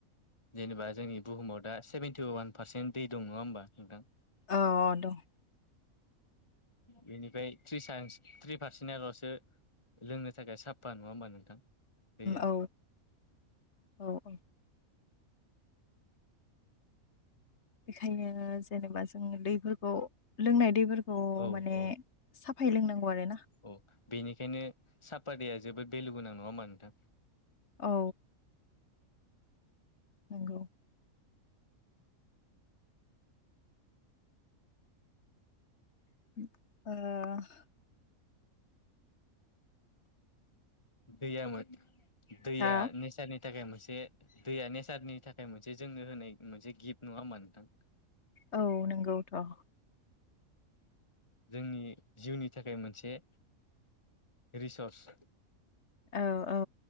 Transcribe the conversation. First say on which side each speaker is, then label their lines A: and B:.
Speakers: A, on the left; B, on the left.
A: जेनेबा जोंनि बुहुमाव दा सेभेेनटि ववान पारसेन्ट दै दं नङा होमबा नोंथां?
B: औ दं
A: बेनिफ्राय थ्रि सस थ्रि पारसेन्टल'सो। लोंनो थाखाय साफा नङा होमबा नोंथां। दैया
B: औ औ औ। बेखायनो जेनेबा जों दैफोरखौ लोंनाय दैफोरखौ
A: औ
B: माने।
A: औ
B: साफाय लोंनांगौ आरो ना?
A: औ बेनिखायनो सापादया जोबोद भेलु गोनां नङा हा नोंथां।
B: औ। नोंगौ। <inaudible>
A: गैयामोन दैया
B: हा
A: नेचारनि थाखाय मोनसे दैया नेचारनि थाखाय मोनसे जोंनो होनाय मोनसे गिफ्ट नङा होमा नोंथां
B: औ नंगौ नोंथां
A: जोंनि जिउनि थाखाय मोनसे रिसर्स
B: औ औ।